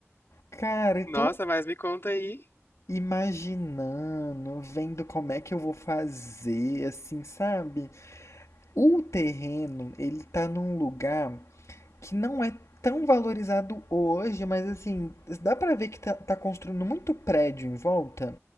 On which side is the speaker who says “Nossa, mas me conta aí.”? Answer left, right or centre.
Left